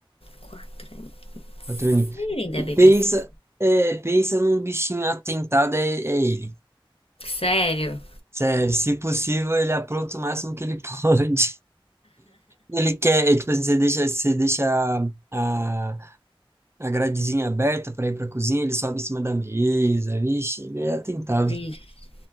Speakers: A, on the left; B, on the right.
A: Quatro anos.
B: Quatro aninhos.
A: Ele ainda
B: E
A: é bebezinho.
B: pensa, é, pensa num bichinho atentado, é, é ele.
A: Sério?
B: Sério, se possível, ele apronta o máximo que ele <laughs> pode. Ele quer, é, tipo assim, você deixa, você deixa a, a gradezinha aberta para ir para a cozinha, ele sobe em cima da mesa. Vixe, ele é atentado.
A: Vixe.
B: Pra